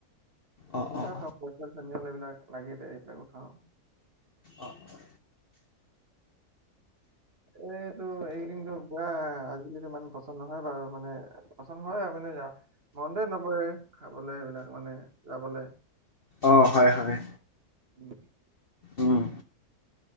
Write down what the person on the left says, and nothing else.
অ',
অ',
অঁ অঁ।
অঁ হয় হয়।
উমঁ।